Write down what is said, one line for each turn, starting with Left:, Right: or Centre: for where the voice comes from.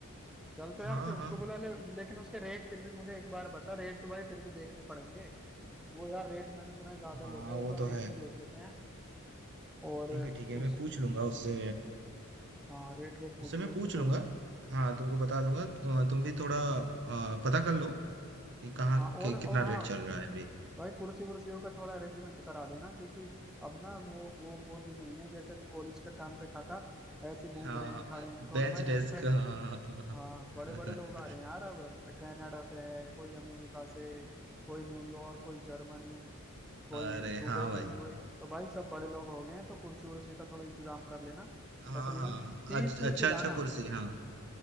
Centre: चल तो
Right: हाँ
Centre: यार फिर उसको
Right: हाँ
Centre: बुला ले लेकिन उसके रेट फिर भी मुझे एक बार बता रेट तो भाई फिर भी देखने पड़ेंगे वो यार रेट मैंने सुना है ज्यादा
Right: हाँ
Centre: लेता है
Right: वो
Centre: एक बार
Right: तो
Centre: रेट
Right: है
Centre: भी देख लेते हैं और
Right: ठीक है ठीक है
Centre: उस
Right: मैं पूछ लूंगा उससे
Centre: हाँ रेट वेट पूछ
Right: उससे मैं
Centre: लियो
Right: पूछ
Centre: उससे जरूर
Right: लूंगा हाँ तुमको बता दूंगा तु- तुम भी थोड़ा अ, पता कर लो कि कहाँ
Centre: हाँ
Right: कि,
Centre: और
Right: कितना
Centre: और हाँ
Right: रेट चल रहा है अभी
Centre: भाई कुर्सी वुर्सियों का थोड़ा अरेंजमेंट करा देना क्योंकि अब ना वो वो वो दिन नहीं है जैसे कॉलेज के टाइम पे खाता ऐसे ही घूम
Right: हाँ
Centre: रहे
Right: हाँ
Centre: हैं खड़े हैं थोड़ा
Right: बेंच
Centre: भाई रेस्पेक्ट
Right: डेस्क हाँ हाँ हाँ
Centre: हाँ बड़े
Right: हाँ। <laughs>
Centre: बड़े लोग आ रहे हैं यार अब कनाडा से है कोई अमेरिका से कोई न्यूयॉर्क कोई जर्मनी कोई
Right: अरे
Centre: दुबई
Right: हाँ भाई
Centre: यूएई तो भाई सब बड़े लोग हो गए हैं तो कुर्सी उर्सी का थोड़ा इंतजाम कर लेना
Right: हाँ
Centre: तकरीबन
Right: हाँ
Centre: तीस
Right: अच्छ-
Centre: कुर्सी
Right: अच्छा
Centre: लाना
Right: अच्छा कुर्सी हाँ